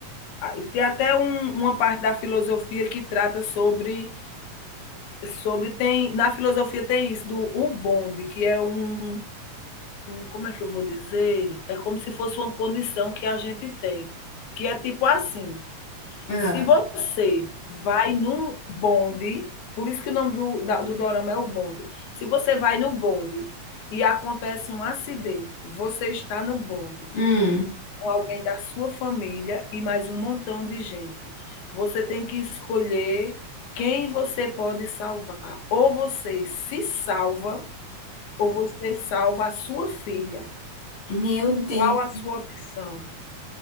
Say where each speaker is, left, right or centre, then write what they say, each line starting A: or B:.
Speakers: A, on the left (about 75°); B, on the left (about 20°).
A: Ah, e tem até um- uma parte da filosofia que trata sobre sobre tem na filosofia tem isso do o bonde, que é um um, como é que eu vou dizer? É como se fosse uma condição que a gente tem, que é tipo assim:
B: Ah,
A: se você vai num bonde, por isso que o nome do, da- do dorama é o bonde, se você vai no bonde e acontece um acidente, você está no bonde
B: hum,
A: com alguém da sua família e mais um montão de gente. Você tem que escolher quem você pode salvar. Ou você se salva, ou você salva a sua filha.
B: meu Deus,
A: Qual a sua opção?